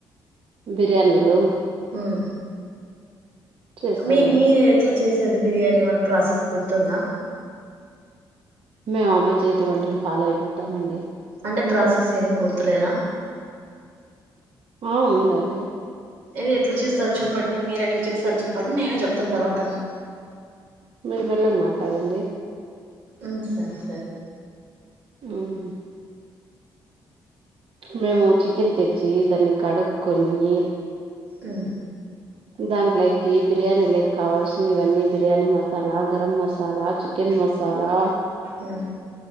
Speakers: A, on the right; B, on the right.
A: బిర్యానీలు
B: ఉమ్
A: చేస్తామండి
B: మీ మీరు ఎట్లా చేసేది బిర్యానీ ఎమన్న ప్రాసెస్ గుర్తుందా?
A: మేము అమ్మ చేతి వంటలు ఫాలో అయిపోతామండి.
B: అంటె ప్రాసెస్ ఏమ్ గుర్తులేద
A: ఆ ఉందండి
B: ఏది ఎట్లా చేస్తారో చెప్పండి మీరు ఎట్లా చేస్తారోచెప్పండి నేనే చెప్తా తర్వాత
A: మీరు మెల్లగా మాట్లాడండి
B: ఉమ్ సరె సరె
A: ఉమ్మ్ మేము చికెన్ తెచ్చి దాన్ని కడుక్కొని
B: ఉమ్
A: దాంట్లకీ బిర్యానీలక్ కావాల్సిన ఇవన్నీ బిర్యానీ మసాలా గరం మసాలా చికెన్ మసాలా
B: ఉమ్